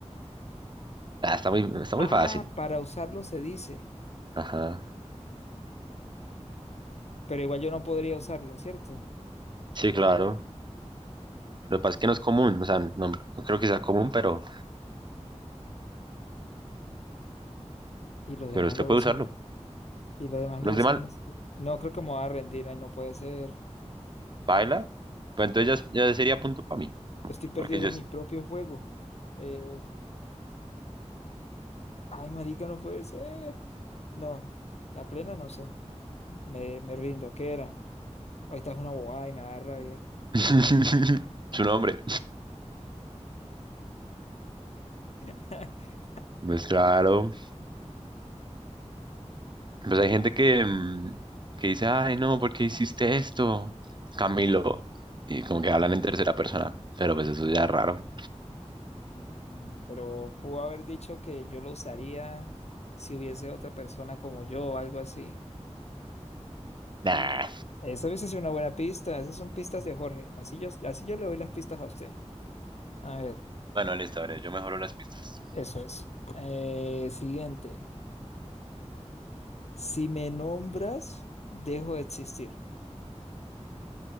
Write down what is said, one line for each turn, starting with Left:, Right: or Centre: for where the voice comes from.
Right: Ah, está muy, está
Left: Ah,
Right: muy fácil.
Left: para usarlo se dice,
Right: Ajá.
Left: pero igual yo no podría usarlo, ¿cierto?
Right: Sí, claro. Lo que pasa es que no es común. O sea, no, no creo que sea común, pero,
Left: Y los demás
Right: pero usted
Left: lo
Right: puede
Left: usan,
Right: usarlo.
Left: y los demás
Right: Los
Left: lo usan.
Right: demás,
Left: más que- No, creo que me voy a rendir, ay, no puede ser.
Right: baila. Pues entonces ya, ya sería punto para mí.
Left: Estoy perdiendo
Right: Porque yo...
Left: en
Right: es-
Left: mi propio juego. Eh, ay, marica, no puede ser. No, la plena no sé. Me, me rindo, ¿qué era? Ahí está una bobada y me va a dar rabia.
Right: <laughs> Su nombre.
Left: <laughs>
Right: Pues claro. Pues hay gente que, mm, que dice, ay, no, ¿por qué hiciste esto? Camilo. Y como que hablan en tercera persona. Pero pues eso ya es raro.
Left: Mm, Pero pudo haber dicho que yo lo usaría si hubiese otra persona como yo o algo así.
Right: Nah.
Left: Y esa hubiese sido una buena pista. Esas son pistas de Jorge. Así yo, así yo le doy las pistas a usted. A ver,
Right: Bueno, listo, a ver, yo mejoro las pistas.
Left: eso es. Eh, siguiente. Si me nombras, dejo de existir.